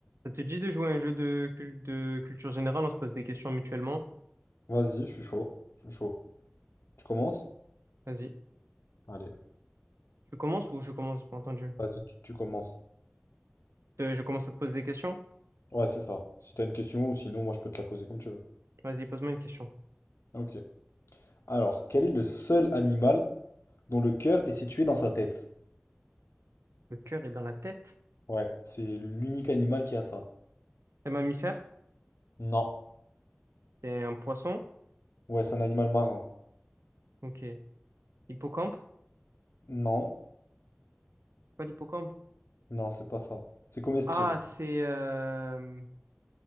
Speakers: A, on the right; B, on the left.
A: Ça te dit de jouer à un jeu de, cul- de culture générale, on se pose des questions mutuellement.
B: Vas-y, je suis chaud. Je suis chaud. Tu commences?
A: Vas-y.
B: Allez,
A: Tu commences ou je commence? J'ai pas entendu.
B: vas-y, tu, tu commences.
A: Euh, Je, commence à te poser des questions.
B: Ouais, c'est ça. Si t'as une question ou sinon, moi, je peux te la poser comme tu veux.
A: Vas-y, pose-moi une question.
B: Ok. Alors, quel est le seul animal dont le cœur est situé dans sa tête?
A: Le cœur est dans la tête.
B: Ouais, c'est l'unique animal qui a ça.
A: C'est un mammifère?
B: Non.
A: C'est un poisson?
B: Ouais, c'est un animal marin.
A: Ok. Hippocampe?
B: Non.
A: Pas l'hippocampe.
B: Non, c'est pas ça. C'est comestible.
A: Ah, c'est... euh,